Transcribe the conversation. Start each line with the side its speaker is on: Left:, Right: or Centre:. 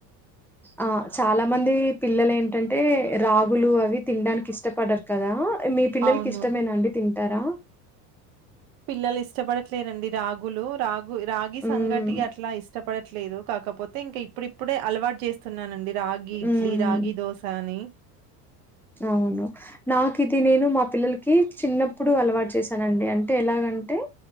Centre: ఆ చాలా మంది పిల్లలు ఏంటంటే రాగులు అవి తినడానికి ఇష్టపడ్డరుారు కదా మీ పిల్లలకి
Right: అవును
Centre: ఇష్టమేనా అండి తింటారా
Right: పిల్లలు ఇష్టపడట్లేదండి రాగులు రాగు రాగి
Centre: ఉమ్
Right: సంగటి అట్లా ఇష్టపడట్లేదు కాకపోతే అయితే ఇంకా ఇప్పుడుప్పుడే అలవాటు చేస్తున్నానండి రాగి ఇడ్లీ
Centre: ఉమ్
Right: రాగి దోశ అని
Centre: అవును నాకు ఇది నేను మా పిల్లలకి చిన్నప్పుడు అలవాటు చేశానండి అంటే ఎలాగా అంటంటి